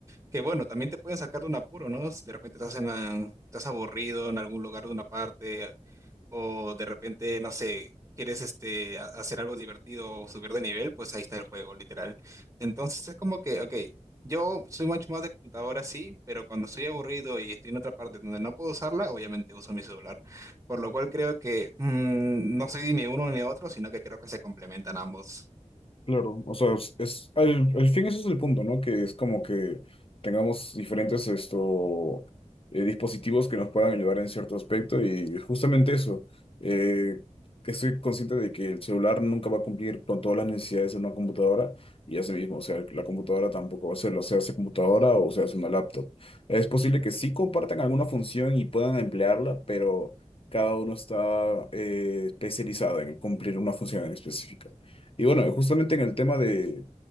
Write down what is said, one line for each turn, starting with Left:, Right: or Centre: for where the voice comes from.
Right: Que bueno, también te pueden sacar de un apuro, ¿no? Si De repente estás, en la- estás aburrido en algún lugar de una parte o de repente, no sé, quieres este, a- hacer algo divertido o subir de nivel, pues ahí está el juego, literal. Entonces es como que, ok, yo soy mucho más de computadora, sí, pero cuando estoy aburrido y estoy en otra parte donde no puedo usarla, obviamente uso mi celular. Por lo cual creo que mm, no soy ni uno ni otro, sino que creo que se complementan ambos.
Left: Claro, o sea, es, es- al, al fin ese es el punto, ¿no? Que es como que tengamos diferentes esto, eh, dispositivos que nos puedan ayudar en cierto aspecto y justamente eso, eh, que estoy consciente de que el celular nunca va a cumplir con todas las necesidades de una computadora y así mismo, o sea, la computadora tampoco va a hacerlo, sea hace computadora o sea hace una laptop. Es posible que sí compartan alguna función y puedan emplearla, pero cada uno está eh, especializado en cumplir una función en específica. Y bueno, justamente en el tema de,